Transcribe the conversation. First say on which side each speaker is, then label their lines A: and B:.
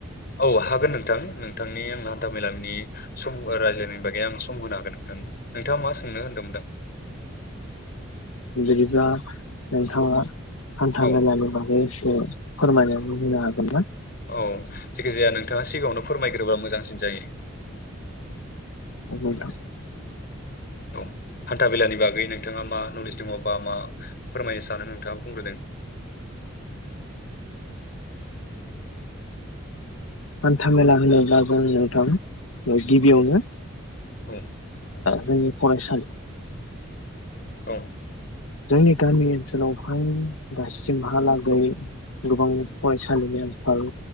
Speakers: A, on the left (about 45°); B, on the left (about 85°).
A: औ हागोन नोंथां नोंथांनि आंना हान्था मेलामनि सम रायज्लायनो होनबाय दे आं सम होनो हागोन नोंथांनो नोंथाङा मा सोंनो होन्दों मोनदों
B: <unintelligible> नोंथाङा हान्था
A: औ
B: मेलानि बागै एसे फोरमायनाय <unintelligible> हागोन ना?
A: औ जिखिजाया नोंथाङा सिगाङावनो फोरमायग्रोबा मोजांसिन जायो
B: <unintelligible>
A: औ हान्था बेेलानि बागै नोंथाङा मा नलेज दङबा मा फोरमायनो सानो नोंथाङा बुंग्रोदों <inaudible>
B: हान्था मेला होनोब्ला जों नोंथां गिबियावनो
A: औ
B: जोंनि फरायसालि
A: औ
B: <inaudible> जोंनि गामि ओनसोलावहाय दासिमहालागै गोबां फरायसालिनि आंखाल